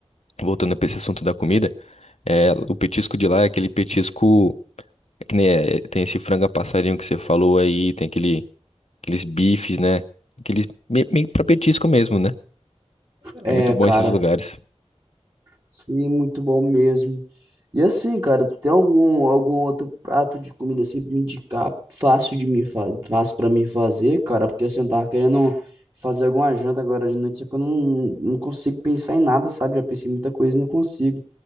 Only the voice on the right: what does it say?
É,
cara.
Sim, muito bom mesmo. E assim, cara, tu tem algum, algum outro prato de comida assim pra me indicar, fácil de me fa fácil para mim fazer, cara, porque assim, eu tava querendo fazer alguma janta agora de noite, só que eu não, não consigo pensar em nada, sabe? Já pensei em muita coisa e não consigo.